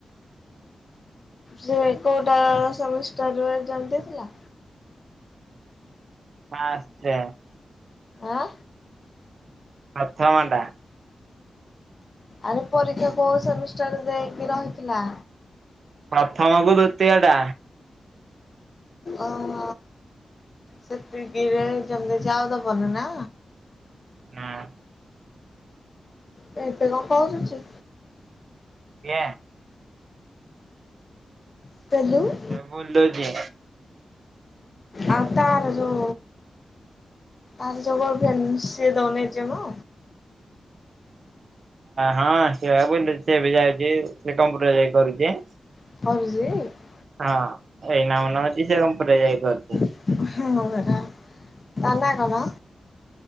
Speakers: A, on the left (about 45°); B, on the right (about 65°).
A: ସେ କୋଉଟା ସେମିଷ୍ଟାରରେ ଏକ୍ସାମ୍ ଦେଇଥିଲା?
B: ଆସଚା।
A: ଆଁ?
B: ଆଛା ମଣ୍ଡା।
A: ଆରେ ପରୀକ୍ଷା କୋଉ ସେମିଷ୍ଟାର ଦେଇକି ରହିଥିଲା?
B: ପ୍ରଥମକୁ ଦୁତିଅ ଟା।
A: ଓହ ସେତିକୀରେ ଏକ୍ସାମ ଦେଇଚି ଆଉ ଦବନି ନା?
B: ନାଁ।
A: ସେ ଏବେ କଁ କରୁଚି?
B: <unintelligible>
A: <unintelligible>
B: ବୁଲୁଚି।
A: ଆଉ ତାର ଯେଉ ଆ ଜୋ <unintelligible> ସିଏ ଦୋଉନି ଏକ୍ଜାମ?
B: ହଁ ସେ ବା ବୁଲୁଚି ସେ ବି ଯାଉଚି କମ୍ପୁଟର ଯାଇକି କରୁଚି।
A: <unintelligible>
B: ହଁ ଏଇ ନା ମନ ଅଛି ସେ କମ୍ପଟ ଯାଇକି କରୁଚି।
A: <unintelligible> ତା ନା କଣ?